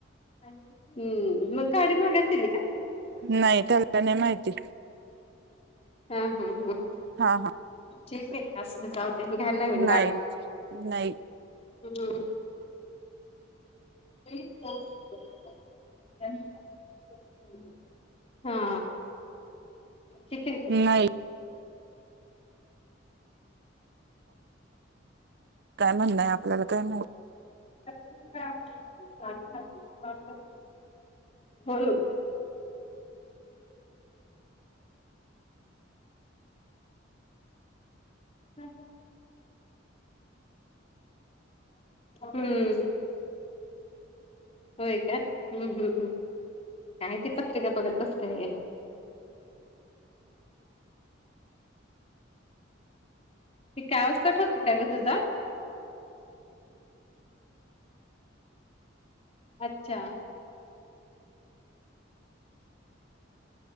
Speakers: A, on the left; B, on the right.
A: हम्म मग गाडी माघर दिली का?
B: नाही त्याला नाही माहिती.
A: हम्म हम्म हम्म हम्म
B: हा हा
A: ठीक आहे असं तर जाऊ दे घ्या नवीन
B: नाही
A: गाडी
B: नाही
A: हम्म. <unintelligible> हा ठीक आहे.
B: नाही काय म्हणणय आपल्याला काय म्हण.
A: <unintelligible> म हम्म होय का हम्म हम्म हम् कायती पत्रिका बघत बसते. आवाज कठ होतय का ग तुझा अच्छा